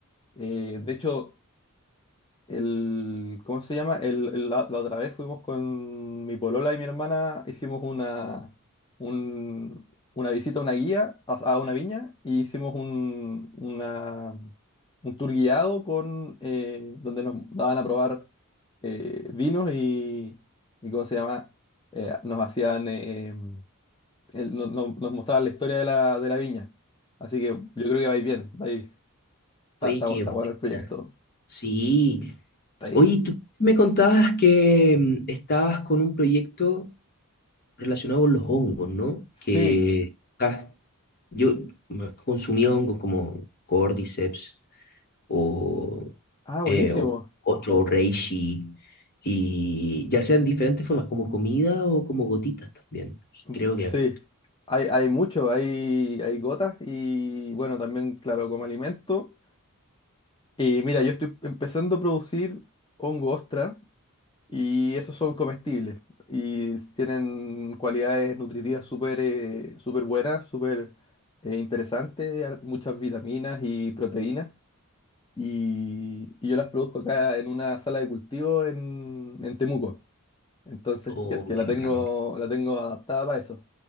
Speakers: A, on the left; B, on the left.
A: Eh, de hecho, el, ¿cómo se llama? El, el- la, la otra vez fuimos con mi polola y mi hermana, hicimos una, un- una visita a una guía, a, a una viña, y hicimos un, una- un tour guiado con, eh, donde nos daban a probar eh, vinos y, y ¿cómo se llama? Eh, nos hacían, eh, el- no- no- nos mostraban la historia de la, de la viña. Así que yo creo que vais bien, vais, está,
B: Oye,
A: está,
B: qué
A: está
B: buena.
A: bueno el proyecto.
B: Sí.
A: Está ahí.
B: Oye, tú me contabas que mm, estabas con un proyecto relacionado con los hongos, ¿no?
A: Sí.
B: Que ah, yo mm, consumí hongos como Cordyceps o,
A: Ah, buenísimo.
B: eh, o- otro Reishi, y ya sean diferentes formas, como comida o como gotitas también. Y
A: Mm,
B: creo
A: Sí,
B: que
A: hay, hay mucho, hay, hay gotas y bueno, también, claro, como alimento. Y mira, yo estoy empezando a producir hongo ostra y esos son comestibles y tienen cualidades nutritivas súper eh, súper buenas, súper eh, interesantes, har- muchas vitaminas y proteínas. Y, y yo las produzco acá en una sala de cultivo en, en Temuco. Entonces,
B: Oh,
A: que, que la
B: qué
A: tengo,
B: bacán.
A: la tengo adaptada para eso.